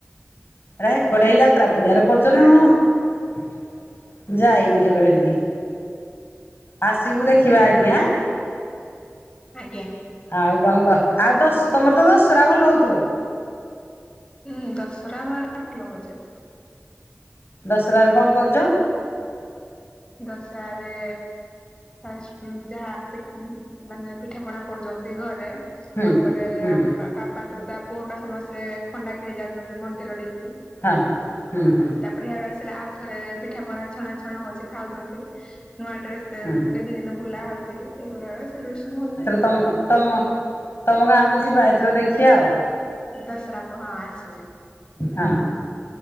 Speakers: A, on the left; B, on the left.
A: ଏରା ହେ କୁଡାଏ ଏଇ ଯାତ୍ରା ପଡିଆରେ କରୁଚନ୍ତି ନା କଣ ଯାଇନି କେବେ ହେଠିକି। ଆସିବୁ ଦେଖିବା ଏଇଠିକି
B: ନାହିଁ
A: ଆଁ।
B: ଆଜ୍ଞା
A: ଆଉ କଣ କହ ଆଉ ଦଶ ତମର ତ ଦଶରା ଭଲ ହୋଉଥୁବ।
B: ହୁଁ ଦଶହରା ଆମ ଆଡେ ଭଲ ହୋଉଚି।
A: ଦଶରାରେ କଣ କରୁଚ?
B: ଦଶହାରେ ଫାଷ୍ଟ ଉଁ ଯାହା ପି ଉଁ ହୁଁ ମାନେ ପିଠା ପଣା କରୁଚନ୍ତି ଘରେ।
A: ହୁଁ
B: ତାପରେ
A: ହୁଁ
B: ଆମ ବାବା, ଦଦା ପୁଅ ହେରିକା ସମସ୍ତେ ଖଣ୍ଡା ଖେଳି ଯାଉଚନ୍ତି ମନ୍ଦିର ଠିକି।
A: ହଁ ହୁଁ ହୁଁ।
B: ତାପରେ ହିଆଡୁ ଆସିଲେ ଆଉ ଥରେ ପିଠା ପଣା ଛଣା ଛଣୀ ହୋଉଚନ୍ତି ଖାଉଚନ୍ତି ନୂଆ ଡ୍ରେସ୍ କେତେ
A: ହୁଁ
B: ଦିନି ଏଇନା ବୁଲା ହୋଉଚି। ସେ ଗାଁ ସେଲିବ୍ରେସନ ହୋଉଚି।
A: ତମ-ତମ ତମ ଗାଁକୁ ଯିବ ଏଇଥର ଦେଖି ଆଉ।
B: ଦଶହରା କୁ ହଁ ଆସିବ।
A: ହଁ